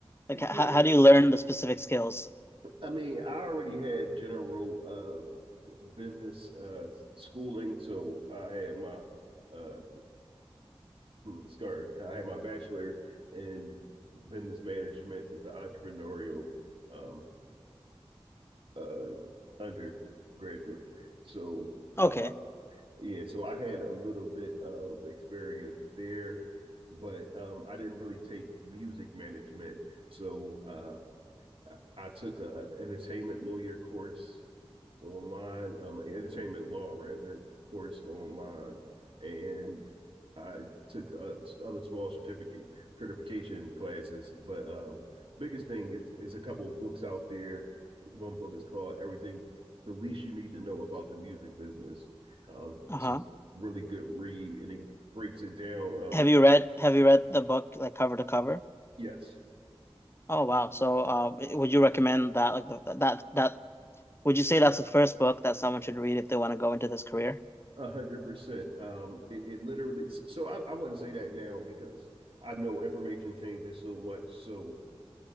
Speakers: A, on the left (about 25°); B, on the right (about 60°).
A: Like, h
B: Yeah,
A: how do you learn the specific skills?
B: I mean, I already had general uh business uh schooling, so I had my uh sorry, I had my bachelor's in business management with the entrepreneurial um uh undergraduate. So um
A: Okay.
B: Yeah, so I had a little bit of experience there, but um, I didn't really take music management. So uh, I took a entertainment lawyer course online, um, entertainment law rather course online, and I took uh, other small certificate certification classes. But um, biggest thing is is a couple of books out there. One book is called Everything the Least You Need to Know About the Music Business. Um,
A: Uh-huh.
B: it's a really good read, and it breaks it down. Um,
A: Have you read have you read the book like cover to cover?
B: yes,
A: Oh wow. So uh, would you recommend that like the, that that would you say that's the first book that someone should read if they want to go into this career?
B: A hundred percent. Um, it, it literally. So I, I wouldn't say that now because I know information changes so much. So